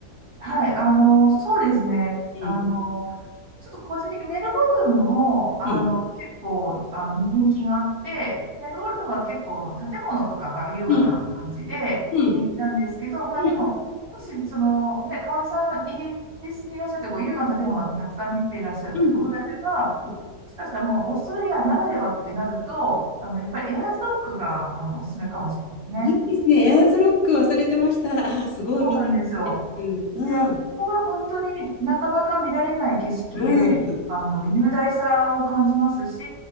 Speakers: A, on the right; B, on the left.
A: はい、あの、そうですね。
B: うん。
A: あの、ちょっと個人的にメルボルンも、あの、
B: うん。
A: 結構、あの、人気があって、メルボルンは結構建物とかが優雅な感じで人気なんですけど、
B: うん。うん。
A: まあでも、
B: うん。
A: もし、その、ね、香織さん、イギリスにいらっしゃって、こう、優雅な建物をたくさん見ていらっしゃるってことであれば、
B: うん。
A: も
B: うん。
A: しかしたらもう、オーストラリアならではってなると、あの、やっぱりエアーズロックが、あの、おすすめかもしれないですね。
B: いいですね。エアーズロック忘れてました。ああ、すごい見て
A: そうなんですよ。
B: る。うん。
A: いや、そこが本当になかなか見られない景色で、
B: うん。うん。
A: あの、雄大さを感じますし、